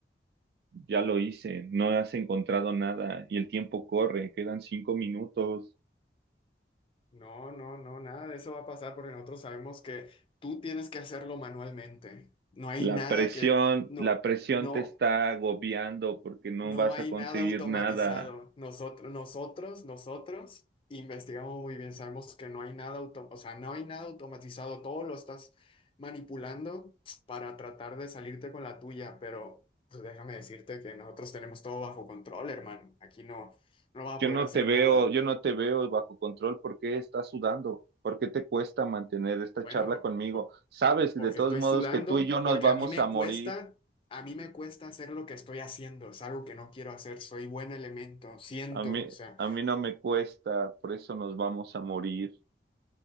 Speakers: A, on the right; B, on the left.
A: Ya lo hice, no has encontrado nada y el tiempo corre, quedan cinco minutos.
B: No, no, no, nada de eso va a pasar porque nosotros sabemos que tú tienes que hacerlo manualmente. No hay
A: La
B: nada
A: presión,
B: que, no,
A: la presión
B: no.
A: te está agobiando porque no
B: No
A: vas
B: hay
A: a conseguir
B: nada automatizado.
A: nada.
B: Nosotros, nosotros, nosotros investigamos muy bien. Sabemos que no hay nada auto, o sea, no hay nada automatizado. Todo lo estás manipulando para tratar de salirte con la tuya, pero pues déjame decirte que nosotros tenemos todo bajo control, hermano. Aquí no, no vas
A: Yo
B: a poder
A: no
B: hacer
A: te veo,
B: nada.
A: yo no te veo bajo control. ¿Por qué estás sudando? ¿Por qué te cuesta mantener esta
B: Bueno,
A: charla
B: por-
A: conmigo?
B: por-
A: Sabes de
B: porque
A: todos
B: estoy
A: modos
B: sudando,
A: que tú y yo nos
B: porque
A: vamos
B: a mí me
A: a morir.
B: cuesta, a mí me cuesta hacer lo que estoy haciendo. Es algo que no quiero hacer. Soy buen elemento, siento,
A: A mí,
B: o sea.
A: a mí no me cuesta, por eso nos vamos a morir.